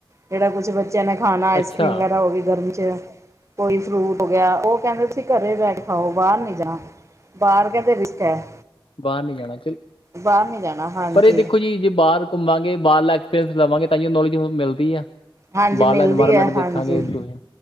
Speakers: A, on the right (about 35°); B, on the left (about 85°).
A: ਜਿਹੜਾ ਕੁਛ ਬ ਬੱਚਿਆਂ ਨੇ ਖਾਣਾ ਆਈਸਕ੍ਰੀਮ
B: ਅੱਛਾ
A: ਵਗੈਰਾ ਉਹ ਵੀ ਗਰਮ 'ਚ ਕੋਈ ਫਰੂਟ ਹੋ ਗਿਆ ਉਹ ਕਹਿੰਦੇ ਤੁਸੀਂ ਘਰੇ ਬੈ ਕੇ ਖਾਓਗੇ ਬਾਹਰ ਨੀ ਜਾ ਬਾਹਰ ਕੇ ਤੇ ਰਿਸਕ ਹੈ
B: ਬਾਹਰ ਨੀ ਜਾਣਾ ਚਲ
A: ਬਾਹਰ ਨਹੀਂ ਜਾਣਾ ਹਾਂਜੀ
B: ਪਰ ਇਹ ਦੇਖੋ ਜੀ ਜੇ ਬਾਹਰ ਘੁੰਮਾਂਗੇ ਬਾਹਰਲਾ ਐਕਸਪੀਰੀਅੰਸ ਲਵਾਂਗੇ ਤਾਂਹੀ ਉਹ ਨੌਲੇਜ ਮਿਲਦੀ ਆ
A: ਹਾਂਜੀ
B: ਬਾਹਰਲਾ
A: ਮਿਲਦੀ
B: ਇਨਵਾਇਰਮੈਂਟ
A: ਹੈ
B: ਦੇਖਾਂਗੇ
A: ਹਾਂਜੀ
B: ਤੁਸੀਂ